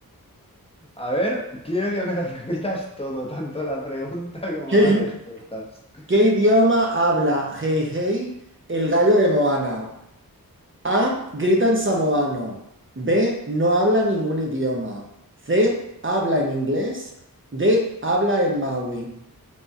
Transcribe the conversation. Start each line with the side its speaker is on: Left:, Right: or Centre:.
Left: A ver, quiero que me lo repitas todo, tanto la pregunta
Right: <laughs>
Left: como
Right: ¿Qué,
Left: las respuestas.
Right: qué idioma habla Hey Hey, el gallo de Moana? A. Grita en samoano. B. No habla ningún idioma. C. Habla en inglés. D. Habla en maui.